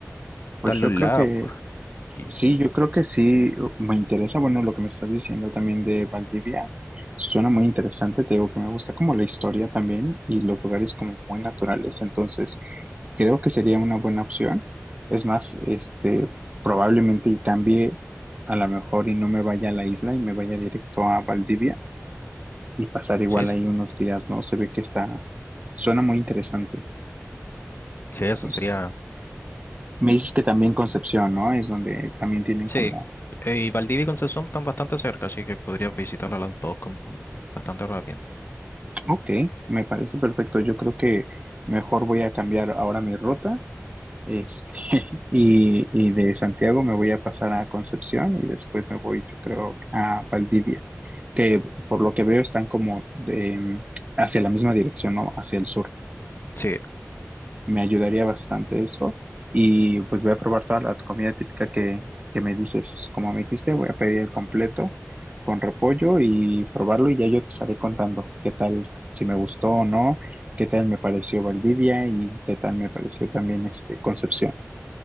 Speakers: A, on the right; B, on the left.
A: Pues
B: Están
A: yo
B: los lagos,
A: creo que
B: pues, y
A: sí, yo creo que
B: s-
A: sí me interesa, bueno, lo que me estás diciendo también de Valdivia. Suena muy interesante, te digo que me gusta como la historia también y los lugares como muy naturales, entonces creo que sería una buena opción. Es más, este, probablemente y cambie a lo mejor y no me vaya a la isla y me vaya directo a Valdivia y pasar igual
B: sí,
A: ahí unos días, ¿no? Se ve que está, suena muy interesante.
B: sí, eso
A: Entonces,
B: sería.
A: me dices que también Concepción, ¿no? Es donde también tienen
B: Sí,
A: como,
B: eh, y Valdivia y Concepción están bastante cerca, así que podrías visitarlas las dos con, bastante rápido.
A: ok, me parece perfecto. Yo creo que mejor voy a cambiar ahora mi ruta, este, <laughs> y, y de Santiago me voy a pasar a Concepción y después me voy, yo creo, a Valdivia, que por lo que veo están como de, mm, hacia la misma dirección, ¿no? Hacia el sur.
B: Sí,
A: Me ayudaría bastante eso. Y pues voy a probar toda la comida típica que, que me dices. Como me dijiste, voy a pedir el completo con repollo y probarlo y ya yo te estaré contando qué tal, si me gustó o no, qué tal me pareció Valdivia y qué tal me pareció también este Concepción,